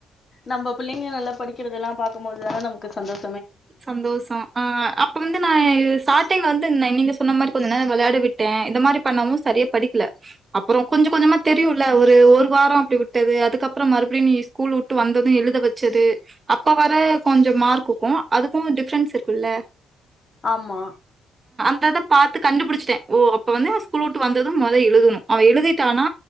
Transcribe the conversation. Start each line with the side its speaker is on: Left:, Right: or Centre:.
Left: நம்ம பிள்ளைங்க நல்லா படிக்கிறதெல்லா பாக்கும்போது தான நமக்கு சந்தோஷம்
Right: சந்தோஷோ ஆ அப்ப வந்து நா எ ஸ்டார்ட் டிங் வந்து ந நீங்க சொன்ன மாரி கொஞ்சோ நேரோ விளையாட விட்டே இந்த மாரி பண்ணவு சரியா படிக்கல அப்புறோ கொஞ்ச கொஞ்சமா தெரியுல்ல ஒரு ஒரு வாரோ அப்பிடி விட்டது அதுக்கப்புறம் மறுபடியு நீ ஸ்கூல்வுட்டு வந்தது எழுத வச்சது அப்ப வர கொஞ்சோ மார்க்குக்கு அதுக்கு டிப்ரென்ஸ் இருக்கும்ல
Left: ஆமா
Right: த்தது பாத்து கண்டுபுடிச்சிட்டே ஓ அப்ப வந்தது ஓ ஸ்கூல்வுட்டு வந்தது மொத எழுதனு அவ எழுதிட்டானா